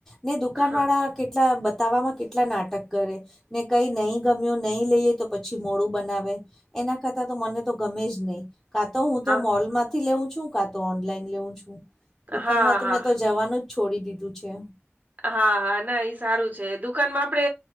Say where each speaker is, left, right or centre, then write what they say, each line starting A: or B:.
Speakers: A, in the centre; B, on the right.
A: ને દુકાનવાળા
B: હા.
A: કેટલા બતાવવામાં કેટલા નાટક કરે. ને કઈ નહી ગમ્યું નહીં લઈએ તો પછી મોડું બનાવે એના કરતાં તો મને તો ગમે જ નહીં કા તો હું તો
B: હા
A: મોલ માંથી લેઉું છું કા તો ઓનલાઈન લેઉું છું. દુકાનમાં
B: હા
A: તો
B: હા
A: મેં તો જવાનું જ છોડી દીધું છે
B: હા હા ના એઈ સારું છે દુખ દુકાન આપે